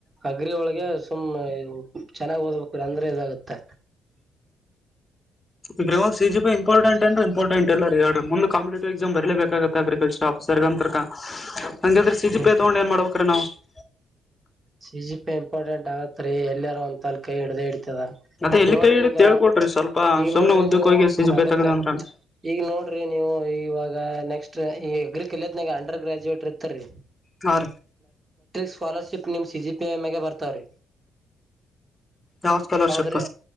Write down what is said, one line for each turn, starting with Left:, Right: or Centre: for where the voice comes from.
Right: ಅಗ್ರಿ ಒಳಗೆ ಸುಮ್ನೆ ಚೆನ್ನಾಗ್ ಓದ್ಬೇಕ್ರ ಅಂದ್ರೆ ಇದಾಗತ್ತೆ
Left: ಇ್ರವಾಗ ಸಿಜಿ ಪ ಇಂಪಾರ್ಟೆಂ ಅಂದ್ರ ಇಂಪಾರ್ಟೆಟ್ ಎಲ್ಲ ಯಾರಂದ ಕಂಪಟಿವ್ ಎಸಾಮ್ ಬರಲೇಬೇಕೆ ಅಗ್ರಿಕಲ್ಚರ್ ಆಫೀಸರ್ ಅಂತರ್ಕ ಹಂಗಾದ್ರೆ ಸಿಜಿ
Right: ನಿಮ್
Left: ಪಿ ತೊೊಂಡ ಏನ್ ಮಾಡ್ಬೇಕ್ರ ನಾವವು <unintelligible>
Right: ಸಿ ಜಿ ಪ ಇಂಪಾರ್ಟೆಂಟ್ ಆಗತ್ರಿ ಇಲ್ಲಯಾರೋ ಒಂದ ತಲ್ ಕೈ ಹಿಡ್ದ ಇಡ್ತದ
Left: ಅದೇ ಎಲ್ಲಿ
Right: ನೋಡ್ರಿ
Left: ಕೈ ಹಿಡಿತ್
Right: ಈಗ
Left: ಹೇಳ್ಕೊಡ್ರಿ ಸ್ವಲ್ಪ
Right: ಈಗ
Left: ಸುಮ್ನೆ
Right: ನೋಡ್ರಿ
Left: ಉದ್ದಕ್
Right: ನೀವು
Left: ಹೋಗಿ ಸಿ ಜಿ
Right: ಯಾಕ
Left: ಪಿ ತಗದ್ವಿ ಅಂದ್ರ
Right: ಈಗ ನೋಡ್ರಿ ನೀವು ಈವಾಗ ನೆಕ್ಸ್ಟ್ ಈ ಎಗ್ರಿ ಕಲತ್ನಗೆ ಅಂಡರ್ ಗ್ರಾಜುಯೇಟ್ ಇರ್ತ ರೀ
Left: ಹ
Right: ಸ್ಕಾಲರ್ಶಿಪ್ ನಿಮ್ ಸಿ ಜಿ ಪಿ ಎ ಮಾಗ ಬರ್ತಾವ್ರಿ
Left: ಯಾವ್ ಸ್ಕಾಲರ್ಶಿಪ್
Right: ಹೌದ್ರಿ